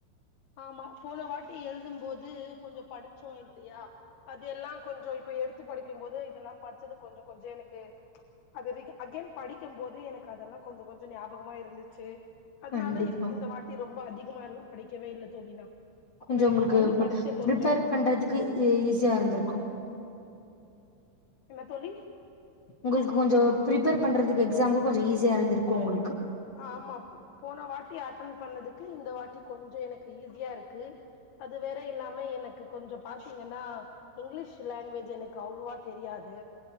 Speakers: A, on the left; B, on the left.
A: ஆமா போன வாட்டி எழுதும் போது கொஞ்சம் படிச்சோம் இல்லியா அது எல்லா கொஞ்சொ இப்ப இப்ப எடுத்து படிக்கும் போது இதெல்லா படிச்சது கொஞ்சொ கொஞ்சொ எனக்கு அதுரிகன் அகேன் படிக்கம் போது எனக்கு அதெல்லா கொஞ்சொ கொஞ்ச ஞாபகமா இருந்துச்சு அதுனால
B: கண்டிப்பா
A: இப் இந்த வாட்டி ரொம்ப அதிகமா எல்லா படிக்கவே இல்ல தோழி நா
B: கொஞ்ச
A: நைட்
B: உங்களுக்கு
A: உக்காந்து படிச்சே கொஞ்சோ
B: ப்ரிப்பேர் பண்றதுக்கு ஈஸியா இருந்திருக்கு
A: என்ன தோழி
B: உங்களுக்கு கொஞ்சொ ப்ரிப்பேர் பண்றதுக்கு எக்ஸாம்கு கொஞ்ச ஈஸியா இருந்திருக்கு உங்களுக்கு
A: ஆமா போன வாட்டி அட்டன் பண்ணதுக்கு இந்த வாட்டி கொஞ்சொ எனக்கு ஈஸியா இருக்கு அது வேற இல்லாம எனக்கு கொஞ்சொ பாத்தீங்கன்னா இங்கிலீஷ் லாங்குவேஜ் எனக்கு அவ்ளோவா தெரியாது